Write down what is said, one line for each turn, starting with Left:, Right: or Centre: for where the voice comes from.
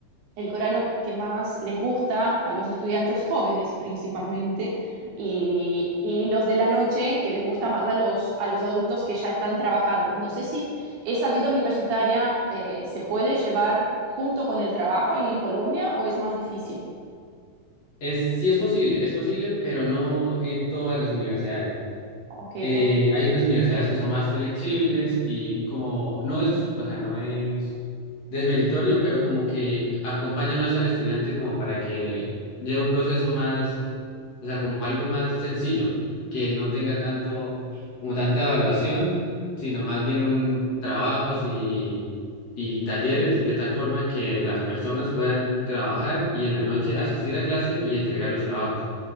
Right: el horario que más les gusta a los estudiantes jóvenes principalmente, y, y los de la noche que les gusta más a los, a los adultos que ya están trabajando. No sé si esa vida universitaria eh, se puede llevar junto con el trabajo ahí en Colombia o es más difícil.
Left: Es, sí es posible, es posible, pero no en todas las universidades.
Right: Ok,
Left: Eh,
Right: por,
Left: hay unas universidades que son más flexibles y como no es, o sea, no es desmeritorio, pero como que acompañan más al estudiante como para que lleve un proceso más, o sea, como algo más sencillo, que no tenga tanto, como tanta evaluación, sino más bien un trabajos y, y talleres, de tal forma que las personas puedan trabajar y en la noche asistir a clase y entregar los trabajos